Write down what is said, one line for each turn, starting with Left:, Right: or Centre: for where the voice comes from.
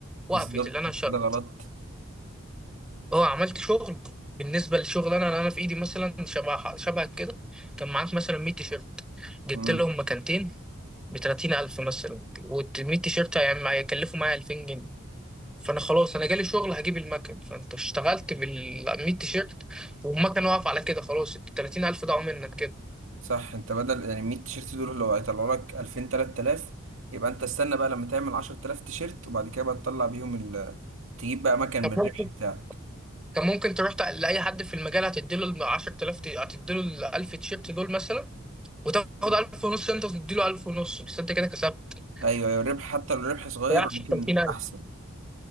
Right: بالظبط
Centre: وقفت اللي انا
Right: انت
Centre: شغل
Right: كده غلط
Centre: اه عملت شغل بالنسبة للشغل انا اللي انا في ايدي مثلا شبه شبهك كده كان معاك مثلا 100 تيشيرت جبت
Right: امم
Centre: لهم مكانتين ب 30000 مثلا وال 100 تيشيرت هيعم- هيكلفوا معايا 2000 جنيه فانا خلاص انا جالي شغل هجيب المكن فانت اشتغلت بال 100 تيشيرت والمكن واقف على كده خلاص ال 30000 ضاعوا منك كده
Right: صح انت بدل يعني 100 تيشيرت دول لو هيطلعوا لك 2000 3000 يبقى انت استنى بقى لما تعمل 10000 تيشيرت وبعد كده بقى تطلع بيهم ال... تجيب بقى مكن
Centre: طب
Right: من الربح
Centre: ممكن
Right: بتاعك
Centre: كان ممكن تروح تق- لاي حد في المجال هتديله ال 10000 تي- هتديله ال 1000 تيشيرت دول مثلا وتاخد
Right: ايوه
Centre: 1000 ونص انت وتديله 1000 ونص بس انت كده كسبت
Right: ايوه الربح حتى لو الربح صغير
Centre: ما ضيعتش
Right: لكن
Centre: ال 30000
Right: احسن